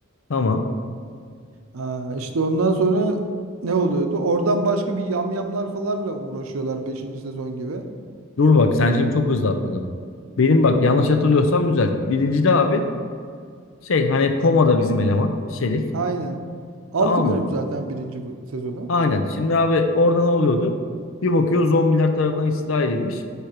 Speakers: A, on the left; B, on the right.
A: Tamam.
B: Aa, işte ondan sonra ne oluyordu? Oradan başka bir yamyamlar falanla uğraşıyorlar beşinci sezon gibi.
A: Dur bak sen şimdi çok hızlı atladın. Benim bak yanlış hatırlıyorsam düzelt. birincide abi şey hani komada bizim eleman Şerif.
B: Aynen. Altı
A: Tamam
B: bölüm
A: mı?
B: zaten 1. sezonu.
A: Aynen. Şimdi abi orada ne oluyordu? Bir bakıyor zombiler tarafından istila edilmiş.